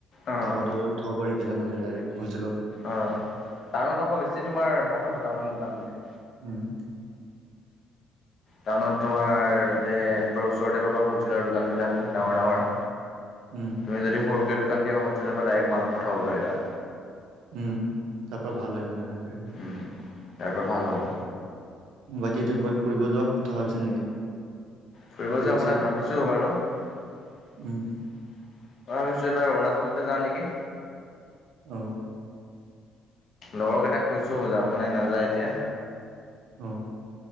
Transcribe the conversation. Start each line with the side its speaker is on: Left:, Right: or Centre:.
Left: অ',
Right: তাৰপৰা ধৰ আৰু উঠাব পাৰি গেলা মানে ডাইৰেক্ট হলচেলত।
Left: অ টাউনত আকৌ বেছি তোমাৰ ভাল হ'ব টাউনত দোকান দিলে।
Right: উম।
Left: টাউনত তোমাৰ তাতে পূৰা ওচৰতে পাবা হ'লচেলৰ দোকানবিলাকো ডাঙৰ ডাঙৰ।
Right: উম।
Left: তুমি যদি সৰুযে দোকান দিয় হলছেলৰ পৰা ডাইৰেক্ট মালটো ওঠাব পাৰিবা।
Right: উম তাৰ পৰা ভাল হয় মানে সেইটোৱেটো।
Left: উম তাৰ পৰা ভাল হ'ব।
Right: বাকী এতিয়া কিবা ফুৰিব যোৱা কথা ভাবিছে নেকি?
Left: ফুৰিব
Right: ট্ৰিপ
Left: যোৱাৰ
Right: চিপ
Left: কথা ভাবিছো বাৰু। মই
Right: উম
Left: ভাবিছো এইবাৰ অৰুণাচল যাও নেকি।
Right: অ
Left: লগৰকেইটাক কৈছো যাব নে নাযায় এতিয়া।
Right: অ